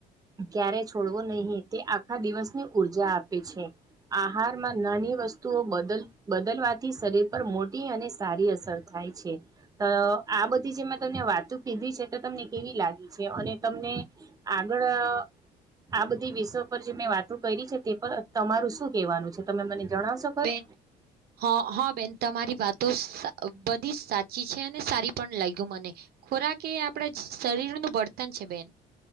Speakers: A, on the right; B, on the right.
A: ક્યારે છોડવો નહીિ તે આખા દિવસની ઊર્જા આપે છે. આહારમાં નાની વસ્તુઓ બદલ બદલવાથી શરીર પર મોટી અને સારી અસર થાય થાય છે. તો આ બધી જે મેં તમને વાતું કીધી છે તો તમને કેવી લાગી છે અને તમને આગળ આ બધી વિષયો પર જે મેં વાતો કરી છે. તે પર તમારું શું કેહેવાનું છે? તમે મને જણાવશો ખરું
B: બેન અ હ બેન તમારી વાતો બધી જ સાચી. ી <unintelligible> છે અને સારી પણ લાગ્યું મને ખોરાક એ આપણે શરીરનું બર્તન <unintelligible> છે. બેન